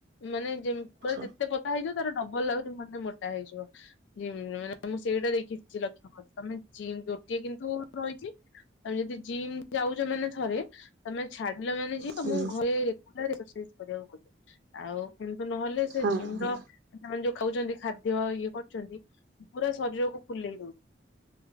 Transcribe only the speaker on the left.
ମାନେ ଯେ
ପୁରା ଯେତେ ପତଳା ହେଇଯିବ, ତାର ଡବଲ ଲାଗୁଛି ମାନେ ମୋଟା ହେଇଯିବ। ଜିମ ମାନେ ମୁଁ ସେଇଟା ଦେଖିଛି ଲକ୍ଷ କରିଛି, ତମେ ଜିମ୍ ଗୋଟିଏ କିନ୍ତୁ ରହିଛି ତମେ ଯଦି ଜିମ୍ ଯାଉଛ ମାନେ ଥରେ, ତମେ ଛାଡିଲ ମାନେ ମୁଁ
ଘରେ ରେଗୁଲାର ରୋଷେଇ କରିବାକୁ ପଡିବ ଆଉ କିନ୍ତୁ ନହେଲେ ସେ
ଜିମ୍
ର ସେମାନେ ଯଉ ଖାଉଛନ୍ତି ଖାଦ୍ୟ ଇଏ କରୁଛନ୍ତି ପୁରା ଶରୀରକୁ ଫୁଲେଇ ଦଉଚି!